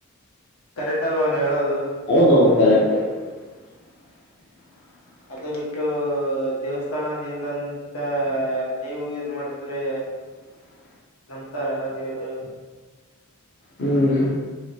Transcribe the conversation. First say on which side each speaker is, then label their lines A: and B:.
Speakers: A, on the left; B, on the left.
A: ಕರೆಕ್ಟ್ ಅಲ್ವಾನ ಹೇಳೋದು.
B: ಹೌದೌದು ಕರೆಕ್ಟ್, <inaudible>
A: ಅದು ಬಿಟ್ಟು ದೇವಸ್ಥಾನ ನಿಂದಂತ ನೀವು ಯೂಸ್ ಮಾಡತಿದ್ರಿ.,
B: ಹ <inaudible>
A: ನಂಬ್ತಾರ ದೇವರು
B: ಹ್ಮ್,